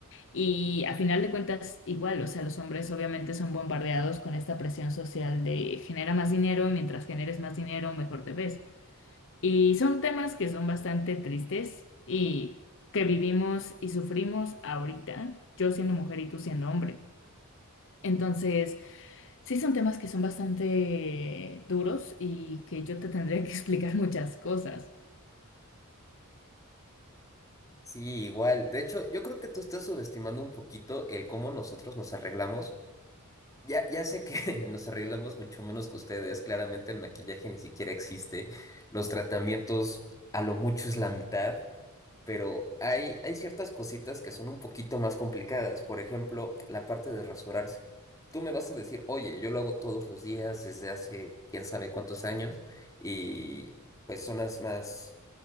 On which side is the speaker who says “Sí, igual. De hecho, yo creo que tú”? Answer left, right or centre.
Left